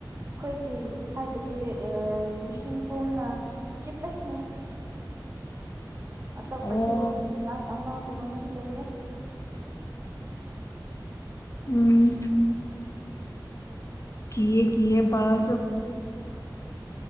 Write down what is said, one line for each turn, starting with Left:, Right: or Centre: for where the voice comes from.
Right: ꯈꯣꯏꯒꯤ ꯁꯥꯏꯗ ꯗꯤ ꯑ ꯂꯤꯁꯤꯡ ꯀꯨꯟꯅ ꯆꯤꯞꯄꯦꯁꯅꯤ ꯑꯇꯣꯞꯄꯗꯤ
Left: ꯑꯣ
Right: ꯂꯥꯛ ꯑꯃꯒꯨꯝꯕꯁꯨ ꯂꯩꯌꯦ
Left: ꯎꯝ ꯀꯤꯌꯦ ꯀꯤꯌꯦ ꯕꯔꯥꯁꯨ